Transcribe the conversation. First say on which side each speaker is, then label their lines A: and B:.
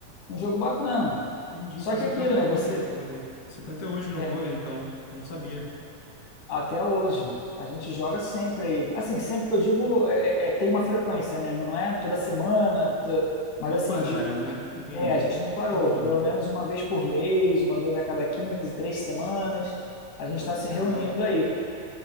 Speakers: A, on the left; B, on the left.
A: um jogo bacana.
B: entendi.
A: Só
B: Então
A: que
B: você
A: é aquilo,
B: tá até
A: né?
B: hoje
A: Você,
B: no vôlei. Você tá até hoje no
A: é,
B: vôlei, então. Não sabia.
A: Até hoje. A gente joga sempre aí. Assim, sempre que eu digo, é, é, é, tem uma frequência, né? Não é toda semana, to- mas
B: Não
A: assim,
B: pararam,
A: de-
B: né? Entendi.
A: é, a gente não parou.
B: Tá rolando.
A: Pelo menos uma vez por mês, uma vez a cada 15 três semanas, a gente
B: Pô,
A: está se
B: que legal.
A: reunindo aí.